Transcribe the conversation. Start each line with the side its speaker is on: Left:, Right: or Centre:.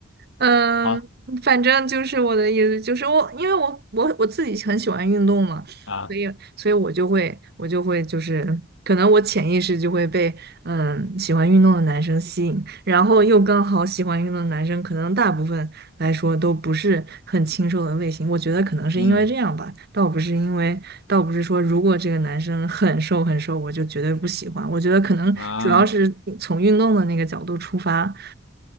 Right: 嗯，
Left: 啊
Right: 反正就是我的意思，就是我，因为我我我自己很喜欢运动嘛，
Left: 啊，
Right: 所以所以我就会我就会就是，可能我潜意识就会被嗯喜欢运动的男生吸引，然后又刚好喜欢运动的男生，可能大部分来说都不是很清瘦的类型，我觉得可能是因为这样吧，
Left: 嗯
Right: 倒不是因为倒不是说如果这个男生很瘦很瘦，我就绝对不喜欢，我觉得可能主要是从运动的那个角度出发。
Left: 啊，